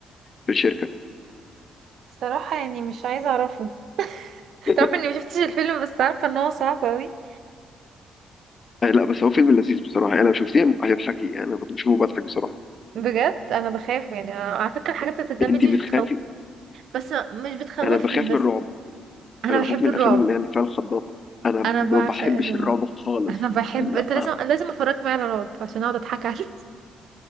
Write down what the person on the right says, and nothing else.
صراحة يعني مش عايزة اعرفه
تعرف اني مشفتش الفيلم بس عارفة ان هو صعب اوي
بجد انا بخاف يعني أنا على فكرة الحاجات بتاعت الدم
دي
مش بس مش بتخوفني
بس
انا
بحب
الرعب
انا
بعشق
الرعب
انا بحب
انت لازم لازم افرجك معايا على رعب عشان اقعد اضحك عليك <laughs>